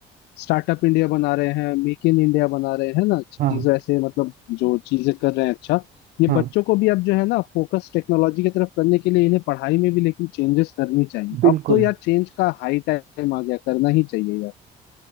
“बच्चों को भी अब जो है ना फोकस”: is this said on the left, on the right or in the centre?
Left